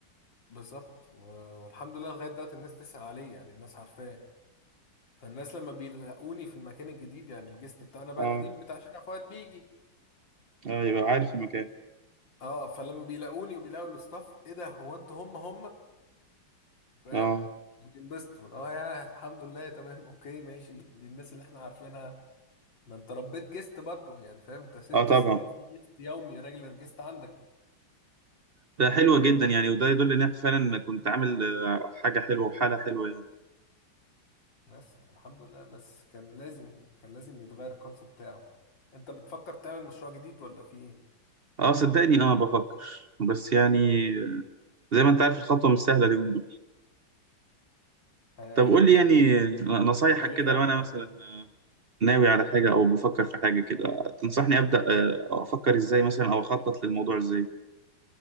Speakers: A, on the left; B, on the right.
A: بالظبط و... والحمد لله لغاية دلوقتي الناس تسأل عليه يعني الناس عارفاه فالناس لما بيلاقوني في المكان الجديد يعني الجست بتاعنا بقى
B: اه
A: القديم بتاع شارع فؤاد بيجي
B: آه، يبقى عارف المكان
A: اه فلما بيلاقوني وبيلاقوا الاستاف ايه ده هو انتوا هم هم فاهم
B: اه
A: بينبسطوا اه يا الحمد لله تمام اوكي ماشي دي الناس اللي احنا عارفينها ما انت ربيت جيست برضه يعني فاهم انت ست
B: اه طبعا
A: سنين في جيست يومي ريجلر جيست عندك
B: ده حلوة جدا يعني وده يدل ان انت فعلا كنت عامل آه، حاجة حلوة وحالة حلوة يعني
A: بس الحمد لله بس كان لازم كان لازم يتغير الكونسيبت بتاعه انت بتفكر تعمل مشروع جديد ولا في ايه؟
B: اه صدقني اه بفكر بس يعني آه، زي ما انت عارف الخطوة مش سهلة اليومين دول
A: آه،
B: طب قول
A: بقت
B: لي يعني آه، نصايحك
A: مكلفة
B: كده
A: قوي
B: لو انا
A: فعلا
B: مثلا آه، ناوي على حاجة او بفكر في حاجة كده آه، تنصحني ابدأ آه، افكر ازاي مثلا او اخطط للموضوع ازاي